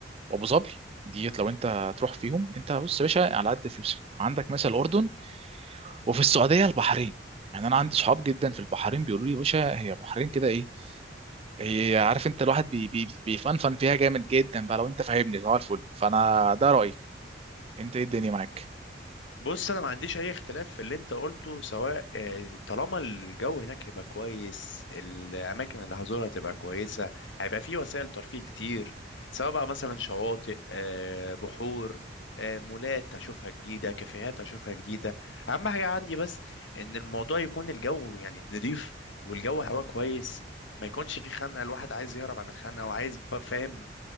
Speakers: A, on the right (about 30°); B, on the left (about 85°).
A: وابو ظبي ديت لو انت هتروح فيهم انت بص يا باشا على قد فلوسك عندك مثلا الاردن وفي السعوديه البحرين يعني انا عندي صحاب جدا في البحرين بيقولوا لي يا باشا هي البحرين كده ايه هي عارف انت الواحد بي بي بيفنفن فيها جامد جدا بقى لو انت فاهمني صباح الفل فانا ده رايي انت ايه الدنيا معاك
B: بص انا ما عنديش اي اختلاف في اللي انت قلته سواء آه، طالما الجو هناك هيبقى كويس الاماكن اللي هزورها تبقى كويسه هيبقى في وسائل ترفيه كتير سواء بقى مثلا شواطئ آه، بحور آه، مولات هشوفها جديده كافيهات هشوفها جديده اهم حاجه عندي بس ان الموضوع يكون الجو يعني نضيف والجو هوا كويس ما يكونش في خنقه الواحد عايز يهرب عن الخنقه وعايز بقى- فاهم